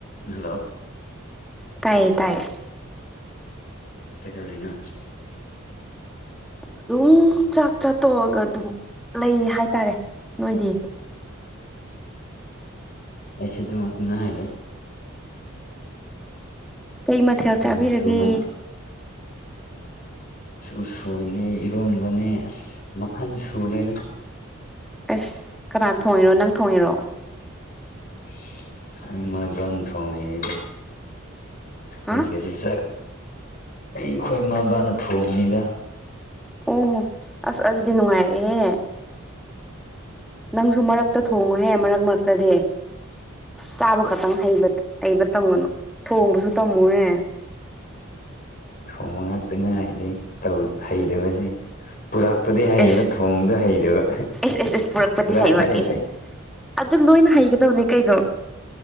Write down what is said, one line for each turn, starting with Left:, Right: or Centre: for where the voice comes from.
Left: hello
Centre: ꯇꯥꯏꯌꯦ ꯇꯥꯏꯌꯦ
Left: ꯀꯩꯗꯧꯔꯤꯅꯣ
Centre: ꯑꯗꯨꯝ ꯆꯥꯛ ꯆꯥꯠꯇꯣꯛꯑꯒ ꯑꯗꯨꯝ ꯂꯩ ꯍꯥꯏꯇꯥꯔꯦ ꯅꯣꯏꯗꯤ
Left: ꯑꯩꯁꯨ ꯗꯨꯃꯛ ꯉꯥꯏꯔꯦ
Centre: ꯀꯩ ꯃꯊꯦꯜ ꯆꯥꯕꯤꯔꯒꯦ
Left: ꯅꯣꯡꯆꯨꯃꯟ ꯎꯁꯣꯏꯅꯦ ꯏꯔꯣꯝꯕꯅꯦ ꯑꯁ ꯃꯈꯜ ꯁꯨꯔꯦꯗ
Centre: ꯑꯁ ꯀꯅꯥꯅ ꯊꯣꯡꯉꯤꯔꯣ ꯅꯪ ꯊꯣꯡꯉꯤꯔꯣ
Left: <unintelligible> ꯊꯣꯡꯉꯤꯅꯤꯗ
Centre: ꯍꯥ
Left: ꯑꯩꯒꯁꯤ ꯆꯥꯛ ꯑꯩꯈꯣꯏ ꯏꯃꯥꯕꯥꯅ ꯊꯣꯡꯅꯤꯗ
Centre: ꯑꯣꯍꯣ ꯑꯁ ꯑꯗꯨꯗꯤ ꯅꯨꯡꯉꯥꯏꯔꯦꯍꯦ ꯅꯪꯁꯨ ꯃꯔꯛ ꯇ ꯊꯣꯡꯉꯨꯍꯦ ꯃꯔꯛ ꯃꯔꯛꯇꯗꯤ ꯆꯥꯕ ꯈꯛꯇꯪ ꯍꯩꯕ ꯍꯩꯕ ꯇꯝꯒꯅꯨ ꯊꯣꯡꯕꯁꯨ ꯇꯝꯃꯨꯍꯦ
Left: ꯊꯣꯡꯕ ꯉꯥꯛꯇ ꯉꯥꯏꯔꯦ ꯇꯧ ꯍꯩꯗꯕꯁꯦ ꯄꯨꯔꯛ ꯄꯨꯗꯤ ꯍꯩꯕ
Centre: ꯑꯦꯁ
Left: ꯊꯣꯡꯕꯗꯣ ꯍꯩꯗꯕ
Centre: ꯑꯦꯁ ꯑꯦꯁ ꯑꯦꯁ ꯄꯨꯔꯛꯄꯗꯤ
Left: ꯑꯗꯨꯃꯥꯏꯅ
Centre: ꯍꯩꯕ
Left: ꯍꯥꯏ
Centre: ꯑꯦꯁ ꯑꯗꯨ ꯂꯣꯏꯅ ꯍꯩꯒꯗꯕꯅꯦ ꯀꯩꯅꯣ